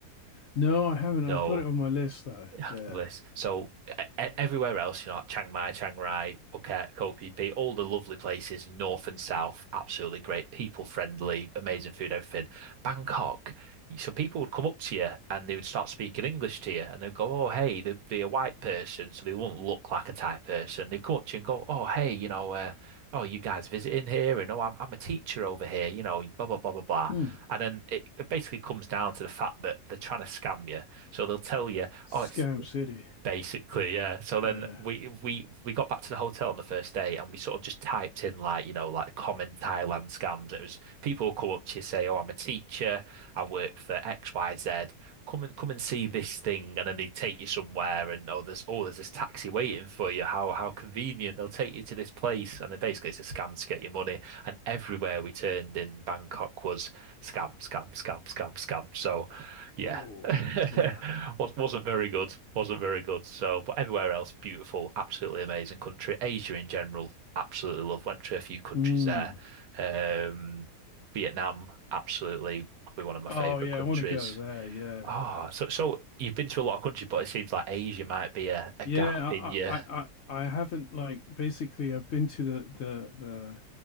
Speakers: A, on the left (about 85°); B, on the right (about 70°).
A: No, I haven't.
B: No
A: I've got it on my list though.
B: happy
A: Yeah.
B: list. So e- e- everywhere else, you know, like Chiang Mai, Chiang Rai, Phuket, Koh Phi Phi, all the lovely places, north and south, absolutely great, people friendly, amazing food, everything. Bangkok, so people would come up to you and they would start speaking English to you, and they'd go, "Oh, hey," they'd be a white person, so they wouldn't look like a Thai person. They'd come up to you and go, "Oh, hey, you know, uh, oh, you guys visiting here?" And oh, I'm I'm a teacher over here, you know, blah blah blah blah blah.
A: Mm.
B: And then it, it basically comes down to the fact that they're trying to scam you. So they'll tell you,
A: Scam
B: "Oh, it's
A: City.
B: Basically, yeah. So then
A: Yeah.
B: we we we got back to the hotel on the first day and we sort of just typed in like, you know, like common Thailand scams. It was people come up to you say, "Oh, I'm a teacher. I work for XYZ. Come and come and see this thing." And then they take you somewhere and oh, there's oh, there's this taxi waiting for you. How how convenient. They'll take you to this place and then basically it's a scam to get your money. And everywhere we turned in Bangkok was scam, scam, scam, scam, scam. So, yeah,
A: Oh,
B: <laughs>
A: yeah.
B: Was wasn't very good. Wasn't very good. So, but everywhere else, beautiful, absolutely amazing country. Asia in general, absolutely love. Went to a few countries
A: Mm.
B: there. Um, Vietnam, absolutely probably one of my
A: Oh
B: favorite
A: yeah,
B: countries.
A: I want to go there. Yeah,
B: Oh, so so you've been to a lot of countries, but it seems like Asia might be a, a
A: yeah.
B: gap in your.
A: I, I, I, I haven't like basically. I've been to the the the,